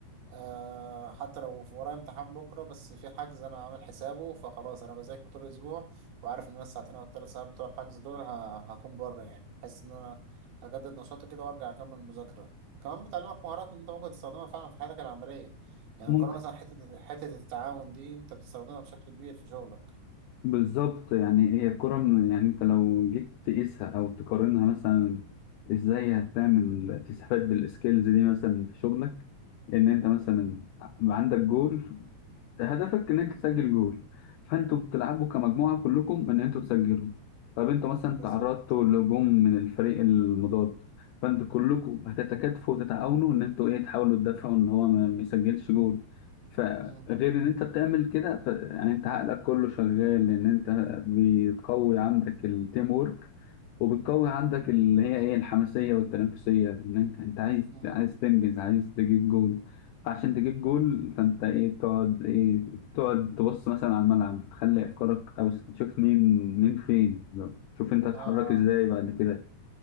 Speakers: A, on the right (about 80°); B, on the left (about 80°).
A: آه حتى لو في ورايا امتحان بكرة بس في حجز أنا عامل حسابه فخلاص أنا بذاكر طول الأسبوع وعارف إن أنا الساعتين أو الثلاث ساعات بتوع الحجز دول ه- هكون بره يعني بحس إن أنا هجدد نشاطي كده وأرجع أكمل مذاكرة كمان بتعلمك مهارات أنت ممكن تستخدمها فعلا في حياتك العملية يعني
B: ممكن
A: القراءة مثلا حتة حتة التعاون دي أنت بتستخدمها بشكل كبير في شغلك
B: بالظبط يعني هي الكرة من- يعني انت لو جيت تقيسها او تقارنها مثلا ازاي هتعمل تستفاد بالسكيلز دي مثلا في شغلك ان انت مثلا
A: مم،
B: عندك جول هدفك ان انت تسجل جول فانتوا بتلعبوا كمجموعه كلكم ان انتوا تسجلوا طب انتوا مثلا
A: بالظبط
B: تعرضتوا لهجوم من الفريق المضاد فانتوا كلكم هتتكاتفوا وتتعاونوا ان انتوا ايه تحاولوا تدافعوا ان هو ما ما يسجلش جول فغير
A: مم،
B: ان انت بتعمل كده ف... يعني انت عقلك كله شغال لان انت بتقوي عندك التيم وورك وبتقوي عندك اللي هي ايه الحماسيه والتنافسيه ان انت انت عايز
A: مم.
B: عايز تنجز عايز تجيب جول فعشان تجيب جول فانت ايه بتقعد ايه بتقعد تبص مثلا على الملعب بتخلي افكارك او تشوف مين مين فين لو- تشوف انت هتتحرك
A: آه
B: ازاي
A: آه،
B: بعد كده